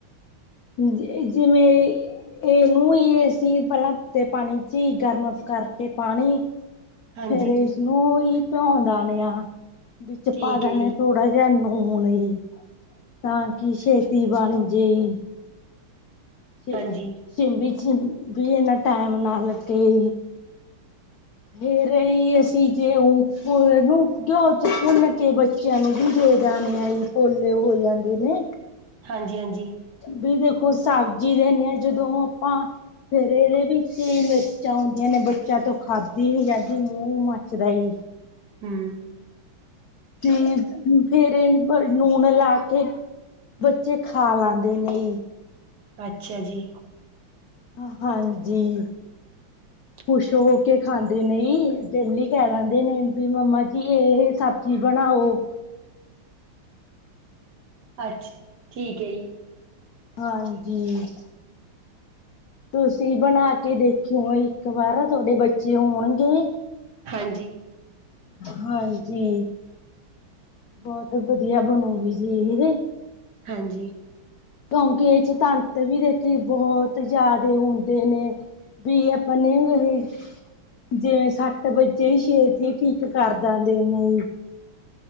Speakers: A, on the left (about 80°); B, on the right (about 55°).
A: ਜ ਜਿਵੇਂ ਤੇ ਏਨੂੰ ਈ ਅਸੀਂ ਪੈਲਾਂ ਤੇ ਪਾਣੀ ਚੀ ਈ ਗਰਮ ਕਰਕੇ ਪਾਣੀ।
B: ਹਾਂਜੀ
A: ਫੇਰ ਇਸਨੂੰ ਈ ਭਿਉਂ ਦਾਣੇ ਆ, ਵਿੱਚ
B: ਠੀਕ
A: ਪਾ ਦੇਣੇ
B: ਹੈ ਜੀ
A: ਥੋੜ ਥੋੜਾ ਜਿਆ ਣੂਣ ਈ ਤਾਂ ਕੀ ਛੇਤੀ ਬਣ ਜੇਈ ਸਿ
B: ਹਾਂਜੀ
A: ਸਿੰਬੀ ਸਿੰਭ ਬੀ ਇਨਾ ਟੈਮ ਨਾਂ ਲੱਗੇ। ਫਿਰ ਅਈ ਅਸੀਂ ਜ਼ੇਔਂ ਪ ਏਨੂੰ ਘਿਉ ਚ ਭੁੰਨ ਕੇ ਬਚੇ ਬੱਚਿਆਂ ਨੂੰ ਵੀ ਦੇਦਾਨ ਆਈ ਪੋਲੇ ਹੋ ਜਾਂਦੇ ਨੇ
B: ਹਾਂਜੀ ਹਾਂਜੀ।
A: ਵੀ ਦੇਖੋ, ਸਬਜ਼ੀ ਦੇਣੇ ਆਂ ਜਦੋਂ ਆਪਾਂ ਫੇਰ ਏਦੇ ਵਿੱਚ ਈ ਮਿਰਚਾਂ ਹੁੰਦੀਆਂ ਨੇਂ, ਬੱਚਿਆਂ ਤੋਂ ਖਾਦੀ ਨੀਂ ਜਾਂਦੀ। ਮੂੰਹ ਮੱਚਦਾ ਈ
B: ਹਂ।
A: ਹਂ, ਫੇਰ ਏਨ ਪ ਨੂਣ ਲਾ ਕੇ ਬੱਚੇ ਖਾ ਲਾਂਦੇ ਨੇ
B: ਅੱਛਾ ਜੀ।
A: ਹਾਂ, ਹਾਂਜੀ।
B: <inaudible>
A: ਖ਼ੁਸ਼ ਹੋਕੇ ਖਾਂਦੇ ਨਈਂ, ਡੇਲੀ ਕੈਅ ਦੈਂਦੇ ਨੇ ਵੀ ਮੰਮਾ ਜੀ, ਇਹ ਸਬਜ਼ੀ ਬਣਾਓ।
B: ਅੱਛ, ਠੀਕ ਐ ਜੀ।
A: ਹਾਂਜੀ। ਤੁਸੀਂ ਬਣਾ ਕੇ ਦੇਖਿਓ ਇੱਕ ਵਾਰ। ਤੁਆਡੇ ਬੱਚੇ ਹੋਣਗੇ
B: ਹਾਂਜੀ।
A: ਹਾਂਜੀ। ਬੋਤ ਵਧੀਆ ਬਣੂਗੀ ਜੀ ਇਹ
B: ਹਾਂਜੀ।
A: ਕਿਉਂਕਿ ਇਦੇ ਚ ਤੰਤ ਵੀ ਦੇਖੀ ਬੋਹਤ ਜਿਆਦੇ ਹੁੰਦੇ ਨੇਂ। ਵੀ ਆਪਾਂ ਨਈਂ ਮਿਲੇ ਜਿਵੇਂ ਸੱਟ ਵੱਜੇਈ ਛੇਤੀ ਠੀਕ ਕਰ ਦੰਦੇ ਨੇਂ ਈ।